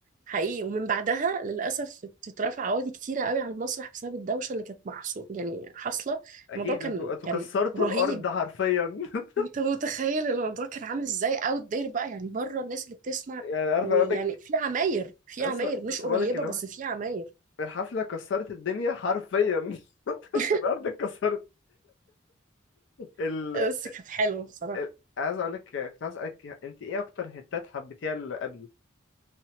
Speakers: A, on the right; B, on the left.
A: حقيقي ومن بعدها للاسف اترفع عقود كتيره قوي على المسرح بسبب الدوشه اللي كانت محصو يعني حاصله
B: اكيد
A: الموضوع كان
B: انتوا انتوا
A: كان
B: كسرتوا
A: رهيب
B: الارض حرفيا <laughs>
A: انت متخيل الموضوع كان عامل ازاي اوت داير بقى يعني بره الناس اللي بتسمع
B: يعني عارف
A: ويعني
B: اقول لك
A: في عماير في
B: لسه
A: عماير مش
B: لسه
A: قريبه
B: بقول لك اللي
A: بس
B: هو
A: في عماير
B: الحفله كسرت الدنيا حرفيا <laughs>
A: <laughs>
B: الارض اتكسرت ال...
A: بس كانت حلوه بصراحه
B: ال... عايز اقول لك كنت عايز اسالك انت ايه اكتر هتات حبيتيها لابيو